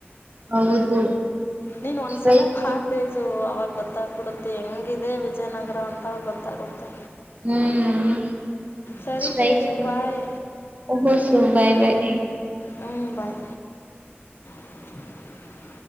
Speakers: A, on the right; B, on the left.
A: ಹೌದು
B: ನೀನ್ ಒಂದ್ಸಲ
A: ಸ್ಟ್ರೈಕ್
B: ಭಾ ತೇಜು ಅವಾಗ ಗೊತ್ತಾಗ್ಬಿಡುತ್ತೆ ಹೆಂಗಿದೆ ವಿಜಯನಗರ ಅಂತ ಗೊತ್ತಾಗುತ್ತೆ
A: ಹ್ಮ್್ಮ
B: ಸರಿ
A: ್ರ
B: ತೇಜು ಬಾಯ್
A: ಹ ಸ ಬಾಯ್ ಬಾಯ್ ಅಯ್ಯೋ
B: ಹ್ಮ ಬಾಯ್ ಹ್ಮ್ಮ್